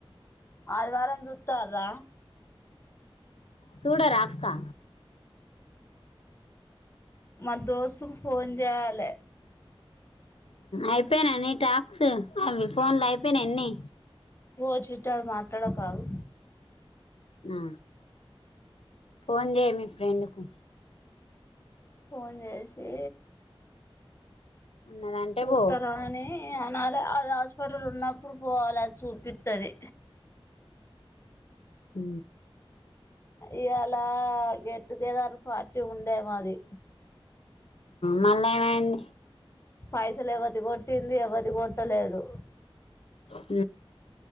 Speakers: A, on the left; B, on the left.
A: ఆది వారం సుతారరా
B: సూడ రాతా
A: మా దోస్తుకు ఫోన్ చేయాలి
B: అయిపోయినన్నిీ టాక్స్ అవి ఫోన్ లో అయిపోయినాన్ని
A: ఓ చీట్ మాట్లాడ కాదు
B: ఆ ఫోన్ చేయ మీ ఫ్రెండ్కు
A: ఫోన్ చేసి
B: ఉన్నదంటే
A: సూపు
B: పో
A: తరనే అనాల అది హాస్పిటల్ ఉన్నప్పుడు పోవాలి అది చూపిస్తుది
B: హ
A: ఇ్యలా గెట్ ఇటుకి ఏద పాటిటీ ఉండే మాది
B: మళమడి
A: పైసలు ఎవత్ కొట్టింది ఎవత్ ది కొట్టలేదు
B: అ